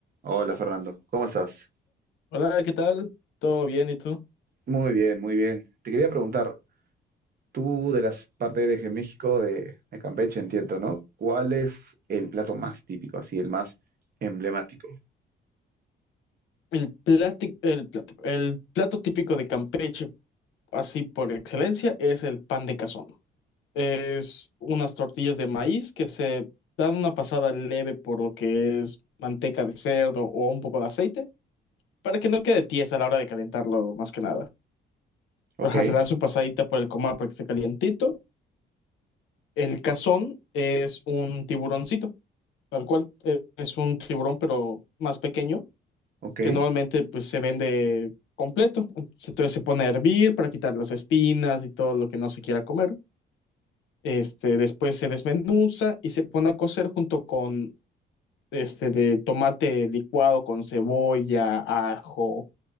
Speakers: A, on the right (about 50°); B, on the left (about 80°).
A: Hola Fernando, ¿cómo estás?
B: Hola, ¿qué tal? ¿Todo bien? ¿Y tú?
A: Muy bien, muy bien. Te quería preguntar, tú de las partes eres de México, de, de Campeche, entiendo, ¿no? ¿Cuál es el plato más típico, así, el más emblemático?
B: El plati- el plati- el plato típico de Campeche, así por excelencia, es el pan de cazón. Es unas tortillas de maíz que se dan una pasada leve por lo que es manteca de cerdo o un poco de aceite, para que no quede tiesa a la hora de calentarlo, más que nada.
A: Ok,
B: Ajá, se le da su pasadita por el comal para que esté calientito. El cazón es un tiburoncito, tal cual. Eh, Es un tiburón, pero más pequeño
A: ok.
B: que normalmente pues se vende completo. Entonces entonces se pone a hervir para quitar las espinas y todo lo que no se quiera comer. Este, después se desmenuza y se pone a cocer junto con este de tomate licuado con cebolla, ajo,